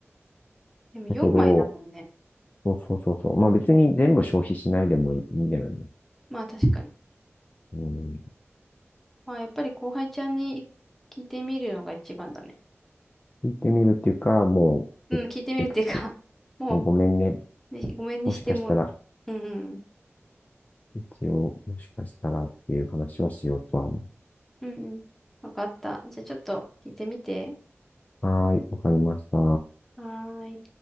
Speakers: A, in the centre; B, on the left.
A: でも4枚だもんね。
B: だけど、そうそうそうそう。まあ別に全部消費しないでもいいんだよね。
A: まあ確かに。
B: うん。
A: まあやっぱり後輩ちゃんに聞いてみるのが一番だね。
B: 聞いてみるっていうか、もう、
A: うん、
B: エエクスキュ、
A: 聞いてみるっていうか <laughs> も
B: もうごめんね。
A: う、ね、ごめんにしても。
B: もしかしたら、
A: うんうん。
B: 一応、もしかしたらっていう話をしようとは思
A: うんうん。わかった。じゃあちょっと聞いてみて。
B: う。はーい、わかりました。
A: はーい。